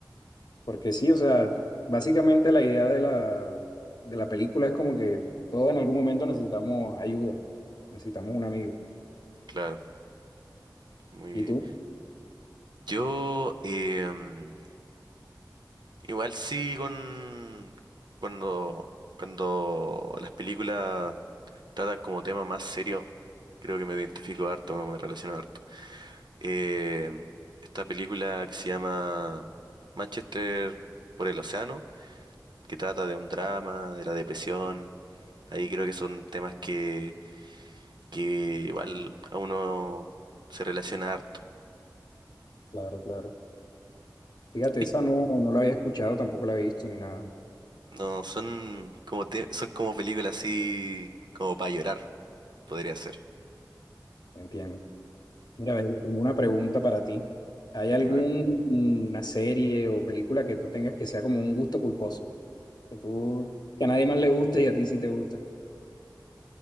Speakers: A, on the left; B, on the right.
A: porque sí, o sea, básicamente la idea de la, de la película es como que todos en algún momento necesitamos ayuda, necesitamos un amigo.
B: claro, muy
A: ¿Y
B: bien.
A: tú?
B: Yo, em, igual sí con, cuando, cuando las películas tratan como tema más serio, creo que me identifico harto, me relaciono harto. Eh, esta película que se llama Manchester por el Océano, que trata de un drama, de la depresión, ahí creo que son temas que, que igual a uno se relaciona harto.
A: Claro, claro. Fíjate,
B: Uy,
A: esa no, no la había escuchado, tampoco la he visto ni nada,
B: No, son como, te- son como películas así como para llorar, podría ser.
A: entiendo. Mira, ve, yo tengo una pregunta para ti. ¿Hay alguna
B: Dime.
A: serie o película que tú tengas que sea como un gusto culposo? Que tú, que a nadie más le guste y a ti sí te gusta.